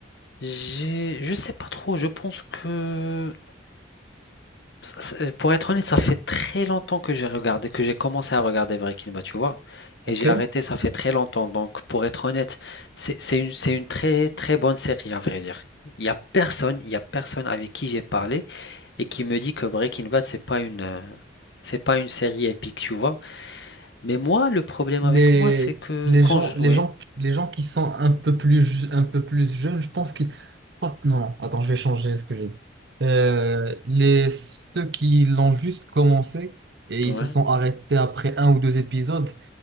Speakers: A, on the left; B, on the right.
A: J'ai, je sais pas trop, je pense que ça- ça- pour être honnête, ça fait très longtemps que j'ai regardé, que j'ai commencé à regarder Breaking Bad, tu vois, et
B: Ok?
A: j'ai arrêté, ça fait très longtemps. Donc pour être honnête, c'est c'est une, c'est une très très bonne série à vrai dire. Il y a personne, il y a personne avec qui j'ai parlé et qui me dit que Breaking Bad c'est pas une euh, c'est pas une série épique, tu vois. Mais moi, le problème
B: Mais
A: avec moi, c'est que
B: les
A: quand
B: gens,
A: je...
B: les
A: Oui.
B: gens, les gens qui sont un peu plus, ju- un peu plus jeunes, je pense qu'ils, Hop, non, non, attends, je vais changer ce que j'ai dit. Euh, les, ceux qui l'ont juste commencé et ils
A: ouais,
B: se sont arrêtés après un ou deux épisodes,